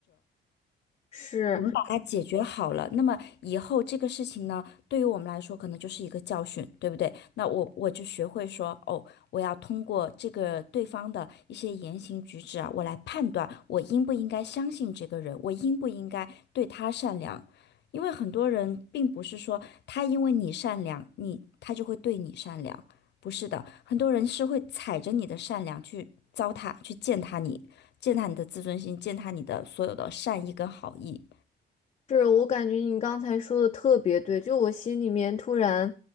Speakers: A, on the left; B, on the left.
A: 是，
B: 我们把它解决好了，那么以后这个事情呢，对于我们来说可能就是一个教训，对不对？那我我就学会说，哦，我要通过这个对方的一些言行举止啊，我来判断我应不应该相信这个人，我应不应该对他善良。因为很多人并不是说他因为你善良，你他就会对你善良，不是的，很多人是会踩着你的善良去糟蹋，去践踏你，践踏你的自尊心，践踏你的所有的善意跟好意。
A: 是我感觉你刚才说的特别对，就我心里面突然，